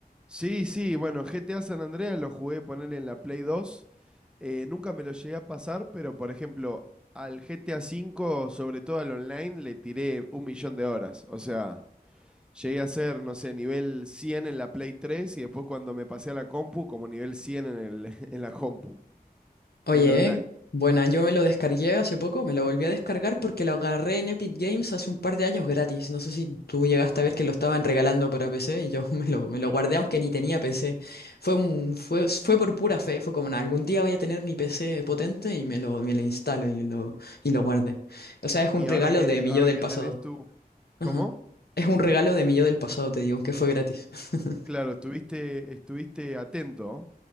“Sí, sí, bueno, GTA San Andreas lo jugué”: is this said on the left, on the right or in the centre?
Centre